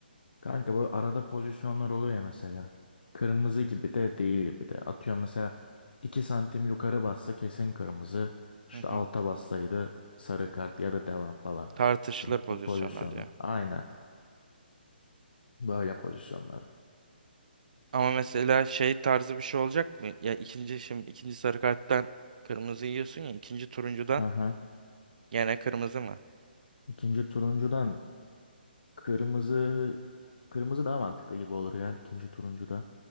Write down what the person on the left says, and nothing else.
kanka böyle arada pozisyonlar oluyor ya mesela. Kırmızı gibi de değil gibi de. Atıyorum mesela 2 santim yukarı bassa kesin kırmızı. İşte
alta bassaydı sarı kart ya da devam falan.
Bu,
bu pozisyonlar.
Aynen. Böyle pozisyonlar.
Hı hı.
İkinci turuncudan kırmızı kırmızı daha mantıklı gibi olur ya ikinci turuncudan.